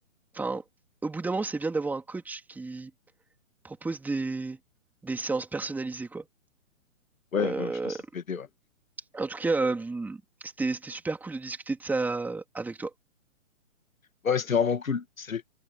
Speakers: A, in the centre; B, on the left.
A: enfin, au bout d'un moment, c'est bien d'avoir un coach qui propose des, des séances personnalisées, quoi.
B: ouais,
A: Euh,
B: ouais, je pense que ça peut aider ouais.
A: en tout cas, euh, c'était c'était super cool de discuter de ça avec toi.
B: Ouais, c'était vraiment cool. Salut.